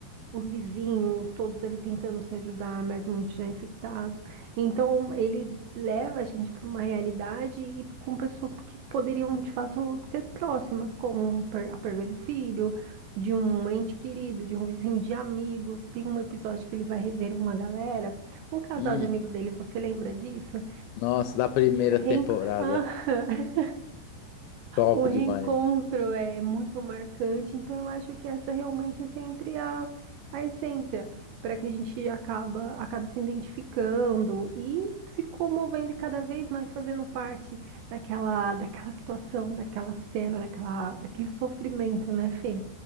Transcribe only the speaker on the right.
os vizinhos, todos ele tentando se ajudar, mas muitos já infectados. Então, ele leva a gente para uma realidade e com pessoas que poderiam de fato ser próximas, como um per- a perda de um filho, de um ente querido, de um vizinho, de amigos. Tem um episódio que ele vai rever uma galera, um casal
de amigos deles, você lembra disso?
E o reencontro.
<laughs>
O reencontro
é muito marcante, então eu acho que essa realmente é sempre a, a essência para que a gente acaba, acabe se identificando e se comovendo e cada vez mais fazendo parte daquela, daquela situação, daquela cena, daquela, daquele sofrimento, né, Fê?